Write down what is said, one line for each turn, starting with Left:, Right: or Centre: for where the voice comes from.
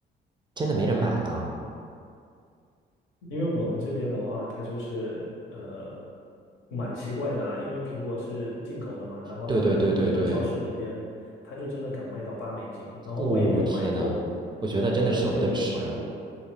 Right: 真的没人买了啊
Left: 因为我们这边的话，它就是呃蛮奇怪的啦，因为苹果是进口的嘛，然后它的那个日本超市里面，
Right: 对对对对对，
Left: 它就真的敢卖到八美金，然后我也没有买过，
Right: 哦天呐，我觉得真的舍不得吃，
Left: 对，我也没有买过，